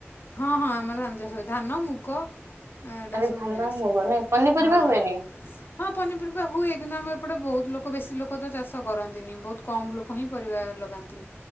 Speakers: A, on the left (about 50°); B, on the right (about 80°).
A: ହଁ-ହଁ ଆମର ଧାନ ଚାଷ ହୁଏ ଧାନ, ମୁଗ <unintelligible>
B: ଖାଲି
A: ସବୁ
B: ଧାନ
A: ହୁଏ ବେଶି
B: ମୁଗ ନାଇଁ ପନିପରିବା
A: ହଁ।
B: ହୁଏନି?
A: ହଁ ପନିପରିବା ହୁଏ କିନ୍ତୁ ଆମ ଏପଟେ ବହୁତ୍ ଲୋକ ବେଶି ଲୋକ ତ ଚାଷ କରନ୍ତିନି ବହୁତ୍ କମ୍ ଲୋ କ ହିଁ ପରିବା ଲାଗନ୍ତି,